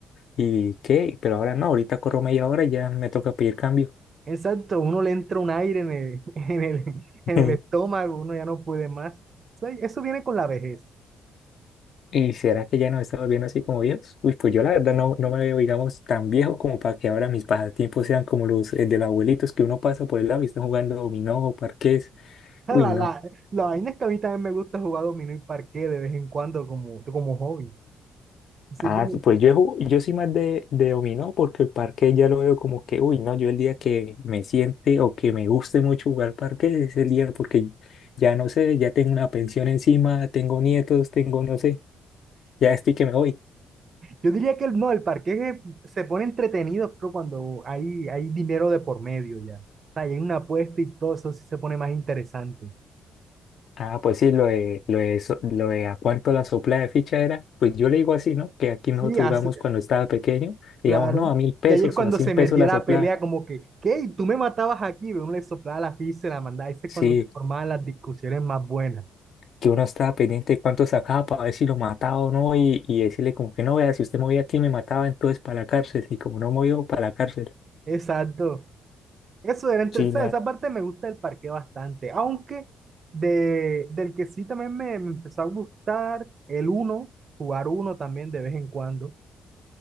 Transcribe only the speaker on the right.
Exacto, uno le entra un aire en el, <laughs> en el,
en el estómago, uno ya no puede más. O sea, eso viene con la vejez.
O
La,
la, la vaina es que a mí también me gusta jugar dominó y parqué de vez en cuando como, como hobby. Así
que
Yo diría que el, no, el parqués es- se pone entretenido pero cuando hay, hay dinero de por medio ya. O sea, y hay una apuesta y todo eso sí se pone más interesante.
Sí, hace-
claro.
Y ahí es cuando
se
metía
la
pelea como que, ¿qué? ¿Y ¿Tú me matabas aquí? Uno le soplaba la ficha y se la mandaba. Ese es
cuando se formaban las discusiones más buenas.
Exacto. Eso era entre,
o sea, esa parte me gusta del parque bastante. Aunque de, del que sí también me, me empezó a gustar el uno, jugar uno también de vez en cuando.